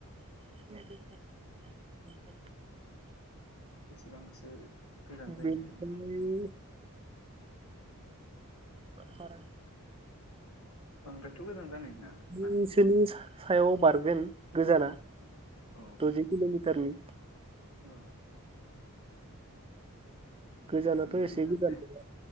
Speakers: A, on the right; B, on the left.
A: <inaudible>
B: बेसेबांसो गोजान जायो
A: बेनिफ्राय
B: ओरैनो
A: बारा
B: <unintelligible> थ गोजान जानाय नोङा
A: बिसोरनि
B: ना
A: सायाव बारगोन गोजाना
B: औ औ
A: दजि किलमिटारनि
B: औ
A: गोजानाथ
B: बांद्राय
A: एसे गोजान
B: जाया
A: गैया